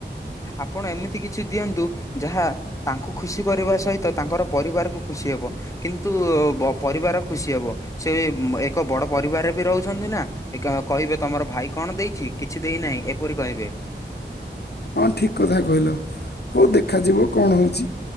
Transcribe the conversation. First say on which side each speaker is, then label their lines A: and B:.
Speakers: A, on the left; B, on the left.
A: ଆପଣ ଏମିତି କିଛି ଦିଅନ୍ତୁ ଯାହା ତାଙ୍କୁ ଖୁସି କରିବା ସହିତ ତାଙ୍କର ପରିବାରକୁ ଖୁସି ହେବ। କିନ୍ତୁ ବ ପରିବାର ଖୁସି ହବ ସେ ଏକ ବଡ ପରିବାରରେ ବି ରହୁଛନ୍ତି ନା। ଏକା କହିବେ ତମର ଭାଇ କଣ ଦେଇଛି କିଛି ଦେଇନାହିଁ ଏପରି କହିବେ।
B: ହଁ ଠିକ୍ କଥା କହିଲ ହଉ ଦେଖାଯିବ କଣ ହଉଚି।